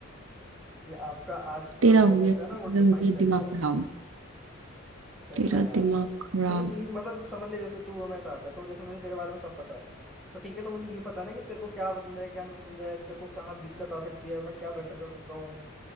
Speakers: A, in the centre; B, on the right.
A: कि आपका आज
B: तेरा
A: का
B: हो
A: जो
B: गया
A: होता है ना वो
B: मेरा
A: डिफाइन
B: हो गया
A: करता
B: दिमाग खराब
A: है चलना
B: तेरा
A: यार
B: दिमाग खराब
A: फिर भी मतलब समझ ले जैसे तू और मैं साथ है तो जैसे मुझे तेरे बारे में सब पता है तो ठीक है तो मुझे ये पता है ना कि तेरे को क्या पसंद है क्या नहीं पसंद है तेरे को क्या दिक्कत आ सकती है मैं क्या बेटर कर सकता हूँ